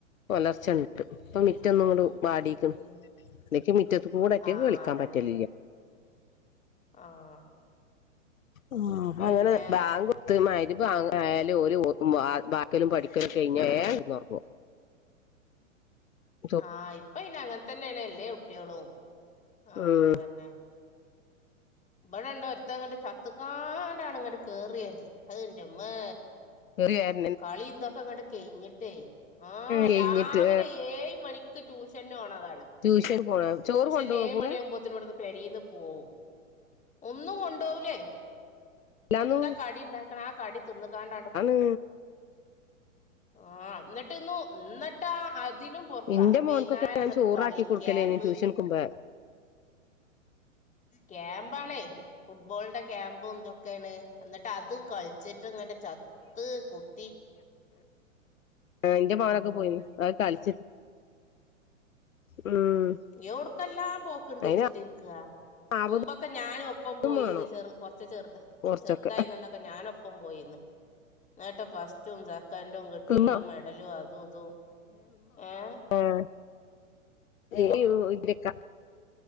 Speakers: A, on the left; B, on the left.
A: ഒലർച്ചണ്ട് ഇപ്പം
B: ഉം
A: മിറ്റൊന്ന്ങ്ങട്ട് വാടീക്ക്ണ്
B: ഉം
A: നിക്ക് മുറ്റതുകൂടെ ഇറ്റങ്ങക്ക്
B: ആഹ്
A: കളിക്കാ
B: അതന്നെ
A: പറ്റലില്ല്യ
B: ആഹ്
A: ആഹ്
B: പിന്നെ
A: അങ്ങനെ ബാങ്കൊ ട്ത്ത് മഗ് രിബാങ്കായാല് ഓല് ഓതും വായിക്കലും പഠിക്കലും കയിഞാല് വേം കെടന്നൊറൊങ്ങും ഉ
B: ആഹ് ഇപ്പന്നെ അങ്ങനെ തന്നേണ് എല്ലേ കുട്ട്യോളും ആഹ്
A: ഉം
B: അതെന്നെ ഇബടെണ്ടൊരുത്തൻ ങ്ങട്ട് ചത്ത്ങ്ങാണ്ടാണ് ങ്ങട്ട് കേറിവരല് ആഹ് ന്റെ മ്മേ
A: കേറി വെര്
B: കളിം ഇതൊക്കെ ങ്ങട്ട് കയിഞ്ഞിട്ടേ ആഹ്
A: കഴിഞ്ഞിട്ട്
B: രാവിലെ ഏഴ് മണി ക്ക് ട്യൂഷന് പോണതാണ്
A: ട്യൂഷന് പോവെ ചോറ്കൊണ്ടോവോ
B: ട്യൂഷൻ ഏഴ്
A: പോവേ
B: <unintelligible> പെരീന്ന് പോവും ഒന്നും കൊ ണ്ടോവൂലേ
A: എല്ലാന്നും
B: എന്താ കടി ഇണ്ടാക്ക്ണെ ആ കടി തിന്നുകാണ്ടാണ്ട് പോ
A: ഉം
B: ആഹ് ന്ന്ട്ട് ഒന്നു ഇന്ന്ട്ടാ അ തിനും പൊർക്കാ
A: ഇന്റെ മോൻക്കൊക്കെ
B: വൈന്നാരം
A: ഞാൻ
B: ന്ന്ട്ട്
A: ചോറാക്കി
B: കളി
A: കൊടുക്കലേനി
B: ക്യാമ്പ്
A: ട്യൂഷൻക്കുമ്പോ
B: ക്യാമ്പാണേ ഫുട്ബോളിന്റെ ക്യാമ്പും ഇതൊക്കേണ് എന്നിട്ട് അത് കളിച്ചിട്ട്ങ്ങട്ട് ചത്ത്കുത്ത
A: ന്റെ മോനൊക്കെ
B: ഉം
A: പോയിനിം അത് കളിച്ചിട്ട് ഉം
B: എവുട്ക്കെല്ലാം പോക്ക്ണ്ട്ച്ചിട്ടിരിക്കാ
A: അയിന് ആവതും
B: മുമ്പൊക്കെ ഞാനും ഒപ്പം പോയിന്ന്
A: വേണം
B: ചെറു കൊറച്ച് ചെറുത
A: കൊറച്ചൊക്കെ
B: ചെറുതായിന്നന്ന് ന്നിട്ട് ഞാനൊപ്പം പോയിന്ന് ന്നെട്ട് ഫസ്റ്റും സെ ക്കന്റും കിട്ടിള്ള
A: തിന്നോ
B: മെഡലും അതും ഇതും ഏഹ്
A: ഏഹ് <unintelligible>
B: ഒക്കെ